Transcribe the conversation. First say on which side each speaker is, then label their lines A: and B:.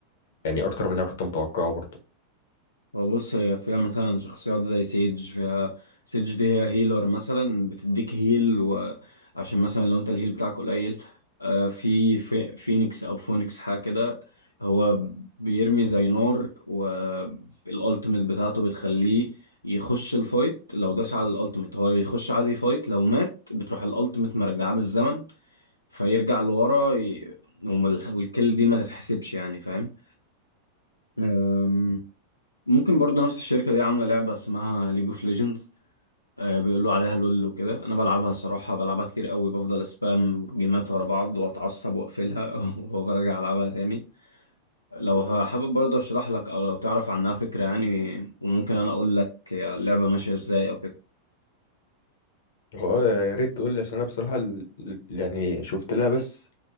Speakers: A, on the left; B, on the left.
A: يعني أكتر من اللي أنا كنت متوقعه برضو
B: هو بص هي فيها مثلا شخصيات زي سيج فيها سيج دي هي هيلر مثلا بتديك هيل وعشان مثلا لو انت الهيل بتاعك قليل آه، في في فينيكس او فونيكس حاجه كده هو بيرمي زي نار والالتيميت بتاعته بتخليه يخش الفايت لو داس على الالتيميت هو بيخش عادي فايت لو مات بتروح الالتيميت مرجعاه بالزمن فيرجع لورا ي... ومال- والكل دي ما تتحسبش يعني فاهم أم، ممكن برضو نفس الشركة دي عاملة لعبة اسمها ليج اوف ليجندز بيقولوا عليها لول وكده انا بلعبها الصراحة بلعبها كتير قوي بفضل اسبام جيمات ورا بعض واتعصب واقفلها <laughs> وبرجع العبها تاني لو حابب برضه اشرح لك او لو تعرف عنها فكرة يعني وممكن انا اقول لك اللعبة ماشية ازاي او كده
A: هو آه، يا ريت تقول لي عشان أنا بصراحة ال- ال- يعني شفت لها بس